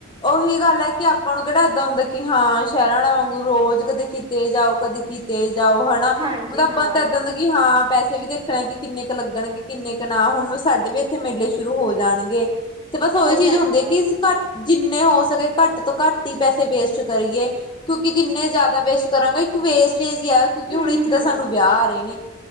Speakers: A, on the left (about 25°); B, on the right (about 25°).
A: ਉਹੀ ਗੱਲ ਹੈ ਕਿ ਆਪਾਂ ਨੂੰ ਕਿਹੜਾ ਇੱਦਾਂ ਹੁੰਦਾ ਕਿ ਹਾਂ ਸ਼ਹਿਰਾਂ ਵਾਲਾ ਵਾਂਗੂ ਰੋਜ਼ ਕਦੇ ਕੀਤੇ ਜਾਓ ਕਦੇ ਕੀਤੇ ਜਾਓ ਹਨਾ
B: ਹਾਂਜੀ
A: ਮਤਲਬ ਆਪਾਂ
B: ਹਾਂ
A: ਨੂੰ ਤਾਂ ਇਦਾਂ ਹੁੰਦਾ ਕਿ ਹਾਂ ਪੈਸੇ ਵੀ ਦੇਖਣੇ ਕਿ ਕਿੰਨੇ ਕੁ ਲੱਗਣਗੇ ਕਿੰਨੇ ਕੁ ਨਾ ਹੁਣ ਸਾਡੇ ਵੀ ਇੱਥੇ ਮੇਲੇ ਸ਼ੁਰੂ ਹੋ ਜਾਣਗੇ। ਤੇ ਬਸ ਉਹੀ
B: ਅੱਛਾ
A: ਚੀਜ਼
B: ਅੱਛਾ
A: ਹੁੰਦੀ ਕਿ ਘੱਟ ਜਿੰਨੇ ਹੋ ਸਕੇ ਘੱਟ ਤੋਂ ਘੱਟ ਹੀ ਪੈਸੇ ਵੇਸਟ ਕਰੀਏ ਕਿਉਂਕਿ ਜਿੰਨੇ ਜ਼ਿਆਦਾ ਵੇਸਟ ਕਰਾਂਗੇ ਇੱਕ ਵੇਸਟ ਆ ਕਿਉਂਕਿ
B: ਹੂੰ
A: ਹੁਣ ਇੱਕ
B: ਹੂੰ
A: ਤਾਂ ਸਾਨੂੰ ਵਿਆਹ ਆ ਰਹੇ ਨੇ